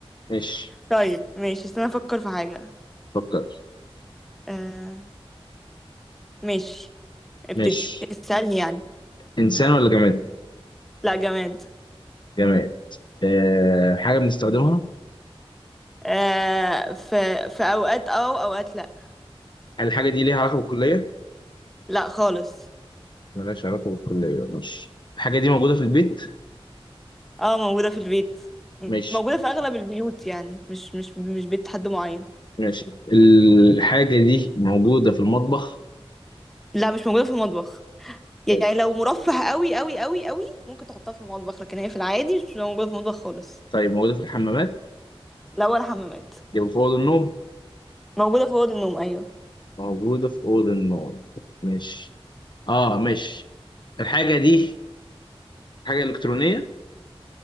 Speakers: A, on the left; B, in the centre.
A: ماشي
B: طيب ماشي استنى افكر في حاجة
A: فكر
B: آه ماشي ابتدي
A: ماشي
B: اسألني يعني
A: انسان ولا جماد
B: لا جماد
A: جماد آه حاجه بنستخدمها
B: آه في في اوقات اه واوقات لا
A: هل الحاجه دي ليها علاقه بالكليه
B: لا خالص
A: ملهاش علاقه بالكليه ماشي الحاجه دي موجوده في البيت
B: اه موجودة في البيت
A: ماشي
B: موجودة في اغلب البيوت يعني مش مش مش بيت حد معين
A: ماشي الحاجه دي موجوده في المطبخ
B: لا مش موجودة في المطبخ يعني
A: حلو.
B: لو مرفه قوي قوي قوي قوي ممكن تحطها في المطبخ لكن هي في العادي مش موجودة في المطبخ خالص
A: طيب موجوده في الحمامات
B: لا ولا حمامات
A: يبقى في اوضه النوم
B: موجودة في أوض النوم أيوة
A: موجودة في أوضة النوم مش آه مش الحاجة دي حاجة إلكترونية